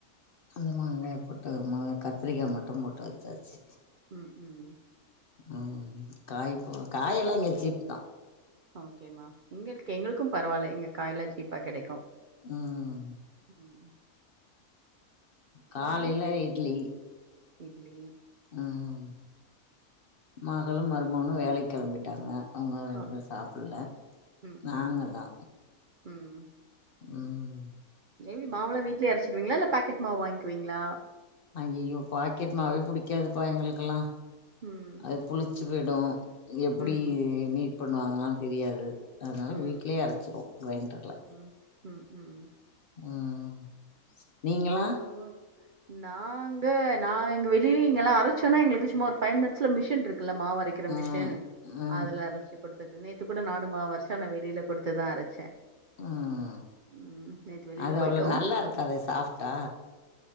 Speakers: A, on the left; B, on the right.
A: அந்த மாங்காய போட்டு கத்திரிக்காய் மட்டு போட்டு வச்சாச்சு
B: ம் ம்
A: ம் காய் காயெல்லா இங்க சீப்தா
B: ஓகேம்மா எங்களுக் எங்களுக்கும் பரவால்ல இங்க காய்ல்லா சீப்பா கெடைக்கு
A: ம் ம்
B: <unintelligible>
A: காலைல
B: மார்னிங்
A: இட்லி
B: இட்லி
A: ம் மகளு மருமவனு வேலைக் கெளம்பிட்டாங்க அவுங்க ரெண்டு
B: அ
A: பேர் சாப்புல்ல
B: ம்
A: நாங்க
B: ம்
A: தா
B: ம்
A: ம்
B: எப்டி மாவுல்லா வீட்லே அரச்சிருவிங்களா இல்ல பேக்கட் மாவு வாங்குவீங்களா
A: ஐய்யயோ பாக்கெட் மாவே புடிக்காதுப்பா எங்களுக்கெல்லா
B: ம்
A: அது புளிச்சு போய்டு எப்டி
B: ம்
A: மேக் பண்ணுவாங்கலா தெரியாது அதனால
B: ம்
A: வீட்லே அரச்சிருவோ கிரைண்டர்ல
B: ம் ம் ம்
A: ம் நீங்களா
B: எங்க ஊர் நாங்க நா இங்க வெளிய இங்கெல்லா அரைச்சோனா எங்களுக்கு சும்மா ஒரு ஃபைவ் மினிட்ஸ்ல மிஷின் இருக்குல்ல மாவு அரைக் அரைக்கிற
A: ஆ
B: மிஷின்
A: ஆ
B: அதுல அரைச்சு குடுத்தது நேத்து கூட நானு மாவரைச்ச அன வெளியில கொடுத்துதா அரைச்ச
A: ம்
B: ம் நேத்து வெளில
A: அது
B: போயிட்டோ
A: அவ்ளோ நல்லா இருக்காதே
B: சோன
A: சாஃப்ட்டா